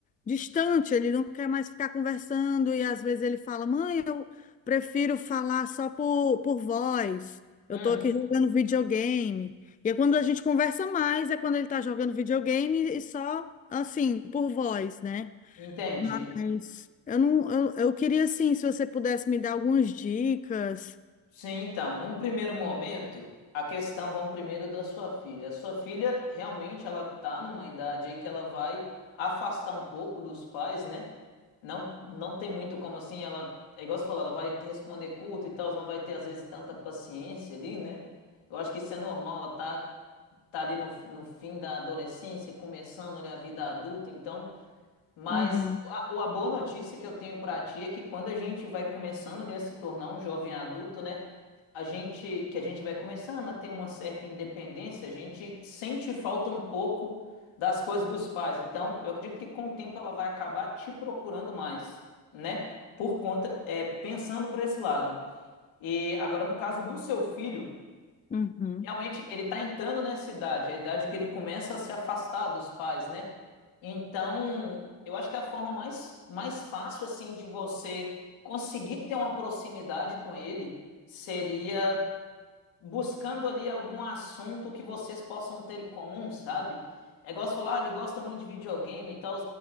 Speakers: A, on the left; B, on the left.
A: distante, ele não quer mais ficar conversando e às vezes ele fala: "Mãe, eu prefiro falar só por, por voz. Eu
B: uhum.
A: estou aqui jogando videogame". E é quando a gente conversa mais, é quando ele está jogando videogame e só assim, por voz, né?
B: Entendi.
A: Mas eu não, eu, eu queria assim, se você pudesse me dar algumas dicas.
B: Sim, então, num primeiro momento, a questão, vamos primeiro da sua filha. A sua filha realmente ela tá numa idade aí que ela vai afastar um pouco dos pais, né? Não, não tem muito como assim, ela, é igual você falou, ela vai te responder curto e tal, não vai ter às vezes tanta paciência ali, né? Eu acho que isso é normal, ela tá, tá ali no, no fim da adolescência, começando ali a vida adulta, então mas
A: Uhum,
B: a, a boa notícia que eu tenho pra ti é que quando a gente vai começando né, a se tornar um jovem adulto, né? A gente, que a gente vai começando a ter uma certa independência, a gente sente falta um pouco das coisas dos pais. Então, eu acredito que com o tempo ela vai acabar te procurando mais, né? Por conta, é, pensando por esse lado. E agora, no caso do seu filho.
A: uhum,
B: Realmente, ele tá entrando nessa idade, a idade que ele começa a se afastar dos pais, né? Então, eu acho que é a forma mais, mais fácil, assim, de você conseguir ter uma proximidade com ele seria buscando ali algum assunto que vocês possam ter em comum, sabe? É igual você falar, ah, ele gosta muito de videogame e tal.